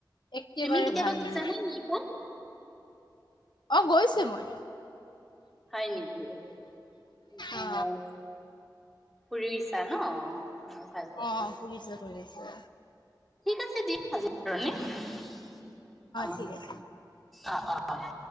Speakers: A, on the left; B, in the centre.
A: একেবাৰে
B: তুমি কেতিয়াবা
A: ভাল
B: গৈছা
A: মান।
B: নে নেপাল
A: অ' গৈছোঁ মই।
B: হয় নেকি? অ'-অ'।
A: অ
B: ফুৰিছা ন? অ'। ভাল কথা
A: অ', ফুৰিছো, ফুৰিছো।
B: ঠিক আছে দিয়া আজিৰ কাৰণে, অ'।
A: ঠিক আছে
B: অ'-অ'-অ'।